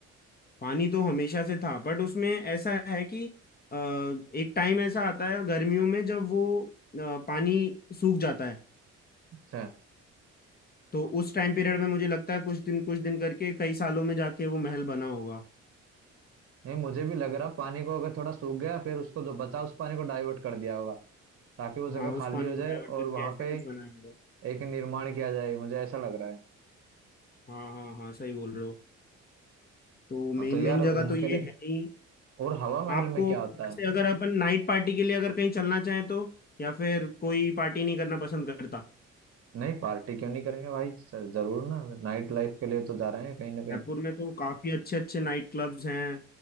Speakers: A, on the left; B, on the right.
A: पानी तो हमेशा से था बट उसमें ऐसा है कि अ, एक टाइम ऐसा आता है गर्मियों में जब वो अ, पानी सूख जाता है
B: अच्छा
A: तो उस टाइम पीरियड में मुझे लगता है कुछ दिन कुछ दिन करके कई सालों में जाके वो महल बना होगा
B: नहीं मुझे भी लग रहा पानी को अगर थोड़ा सूख गया फिर उसको जो बचा उस पानी को डाइवर्ट कर दिया होगा ताकि वो जगह
A: हाँ उस
B: खाली
A: पानी
B: हो
A: को
B: जाए
A: डाइवर्ट
B: और
A: करके
B: वहां
A: ऐसे
B: पे
A: कुछ बनाया होगा
B: एक निर्माण किया जाए मुझे ऐसा लग रहा है
A: हाँ हाँ हाँ सही बोल रहे हो तो
B: हाँ
A: मेन
B: तो यार
A: मेन
B: उनके
A: जगह तो ये
B: लिए
A: है ही
B: और हवा महल
A: आपको
B: में क्या होता
A: वैसे
B: है
A: अगर अपन नाइट पार्टी के लिए अगर कहीं चलना चाहें तो या फिर कोई पार्टी नहीं करना पसंद करता
B: नहीं पार्टी क्यों नहीं करेंगे भाई स- जरूर ना नाइट लाइफ के लिए तो जा रहे हैं कहीं ना कहीं
A: जयपुर में तो काफी अच्छे अच्छे नाइट क्लब्स हैं